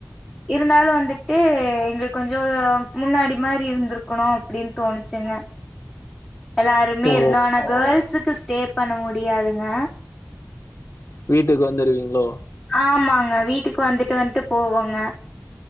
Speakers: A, in the centre; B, on the left (about 50°).
A: இருந்தாலு வந்துட்டு எங்களுக்கு கொஞ்சோ முன்னாடி மாரி இருந்திருக்கணு அப்டின்னு தோனுச்சுங்க எல்லாருமே
B: ஓ
A: இருந்தோ ஆன கேள்ஸுக்கு ஸ்டே பண்ண முடியாதுங்க
B: வீட்டுக்கு வந்துருவீங்களோ
A: ஆமாங்க வீட்டுக்கு வந்துட்டு வந்துட்டு போவோங்க